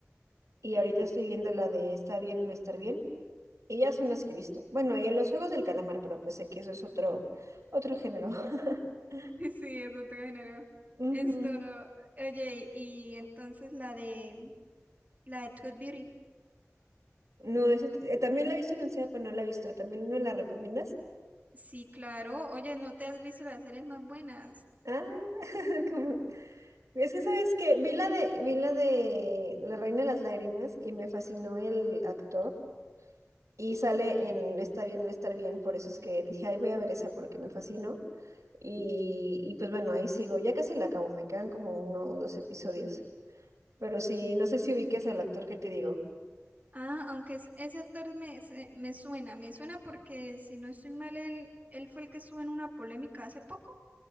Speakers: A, on the right (about 80°); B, on the right (about 35°).
A: y ahorita estoy viendo la de Está bien o no estar bien y ya son las que he visto. Bueno, y los Juegos del Calamar, pero pues sé que eso es otro otro género. <laughs>
B: <laughs> Sí, es otro género.
A: Ujú.
B: Esto, oye, y y entonces la de, la de Truth Beauty.
A: No, ese t- eh, también la he visto anunciada, pero no la he visto. ¿También no la recomiendas?
B: Sí, claro, oye, ¿no te has visto las series más buenas?
A: Ah, <laughs> como Es que sabes que vi la de, vi la de La Reina de las Lágrimas y me fascinó el actor. Y sale en Está bien, no estar bien. Por eso es que dije, ay, voy a ver esa porque me fascinó. Y, y pues bueno, ahí sigo. Ya casi la acabo, me quedan como uno o dos episodios. Pero sí, no sé si ubiques al actor que te digo.
B: Ah, aunque es- ese actor me, se- me suena, me suena porque si no estoy mal, él, él fue el que estuvo en una polémica hace poco.